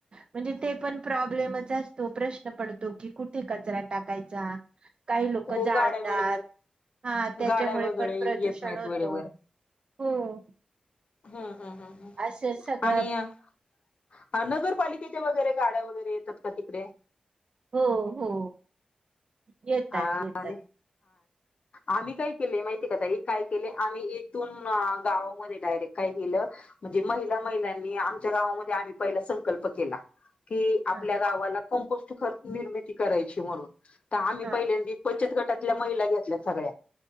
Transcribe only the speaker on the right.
म्हणजे ते पण प्रॉब्लेमच असतो प्रश्न पडतो कि कुठे कचरा टाकायचा काही
लोक जाळतात.
हा त्याच्यामुळे
पण प्रदूषण
होत
हो.
असं सगळं
हो हो. येतात
येतात
हा
हा